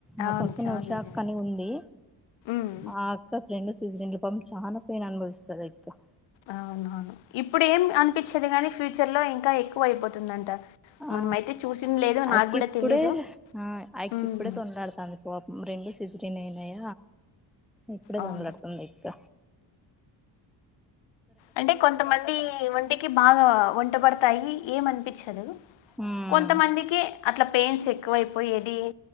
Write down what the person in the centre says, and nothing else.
మా
పక్కన
ఉషాక్క
అని ఉంది
ఆ అక్క ఫ్రెండ్స్ <unintelligible> పన్ చాన పెయిన్ అనుభవిస్తదే <inaudible>
ఆ
అక్కిప్పుడే
ఆ అయకిప్పుడే
తొండడుతంది ప రెండు సిజెరియన్ అయినాయ ఇప్పుడే
తండ్లడుతంది ఆయక్క
ఉమ్